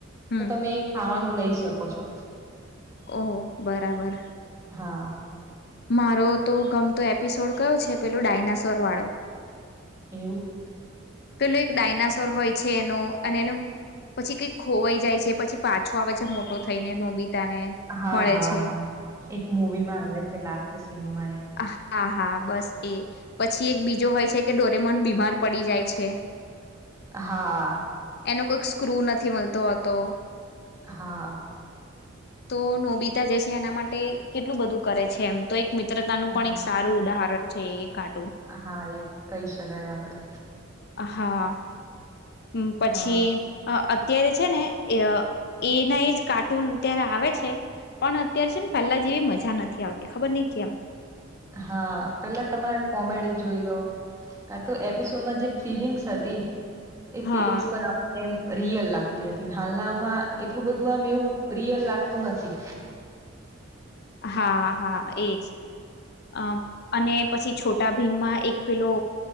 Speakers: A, on the left; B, on the right.
A: હમ
B: તો તમે એ ખાવાનું લઈ શકો છો.
A: ઓહ! બરાબર.
B: હા
A: મારો તો ગમતો એપિસોડ કયો છે પેલો ડાયનાસોર વાળો
B: એવું.
A: પેલો એક ડાયનાસોર હોય છે એનો અને એનું પછી કઈક ખોવાઈ જાય છે પછી પાછો આવે છે મોટો થઈને, નોબિતાને
B: હા
A: મળે
B: હા
A: છે.
B: હા એક મુવી માં આવે છે લાસ્ટ સીનમાં એ
A: આહ આહા હા બસ એ પછી એક બીજો હોય છે કે ડોરેમોન બીમાર પડી જાય છે
B: હા.
A: એનો કોઈક સ્ક્રુ નથી મળતો હતો
B: હા.
A: તો નોબિતા જે છે એના માટે કેટલું બધું કરે છે એમ તો એક મિત ત્રતાનું પણ
B: હા
A: એક સારું ઉદાહરણ છે એ કાર
B: હા એ કહી શકાય આપણે
A: હા હમ્મ પછી
B: હા
A: અ અત ત્યારે છે ને એ અ એના એ જ કાર્ટૂન અત્યારે આવે છે પણ અત્યારે છે ને પહેલા જેવી મજા નથી આવતી ખબર નહીં કેમ
B: હા પેલા તમારે કોમેડી જોઈ લો કા તો એપિસોડમાં જે ફિલિંગ્સ હતી એ
A: હા
B: ફિલિંગ્સ પણ આપણે રિયલ લાગતી હતી, હાલના માં એટલું બધું આમ એવું રિયલ લાગતું નથી.
A: હા હા એજ અમ અને પછી છોટા ભીમમાં એક પેલો